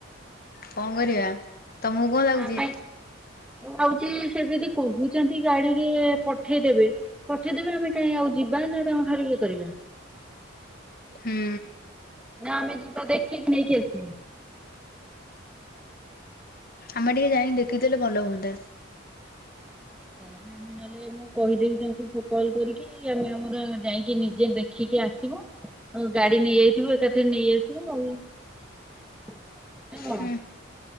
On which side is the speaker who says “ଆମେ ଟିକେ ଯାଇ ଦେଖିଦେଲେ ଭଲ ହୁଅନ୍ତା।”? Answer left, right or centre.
Left